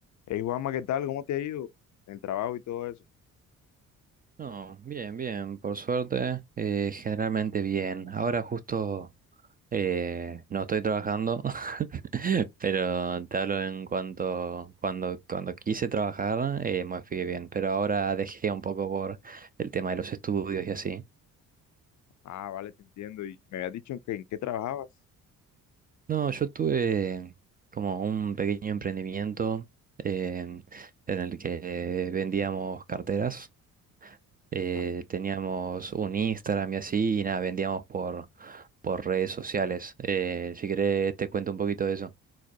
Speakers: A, on the left; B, on the right.
A: Hey Juanma, ¿qué tal? ¿Cómo te ha ido? El trabajo y todo eso.
B: No, bien, bien, por suerte, eh, generalmente bien. Ahora justo eh, no estoy trabajando, <laughs> pero te hablo en cuanto cuando cuando quise trabajar eh, me fui bien, pero ahora dejé un poco por el tema de los estudios y así.
A: Ah, vale, te entiendo. Y me habías dicho en, que, en qué trabajabas.
B: No, yo tuve como un pequeño emprendimiento eh, en el que vendíamos carteras eh,
A: Ah,
B: teníamos un Instagram y así, y nada, vendíamos por, por redes sociales. Eh, si querés, te cuento un poquito de eso.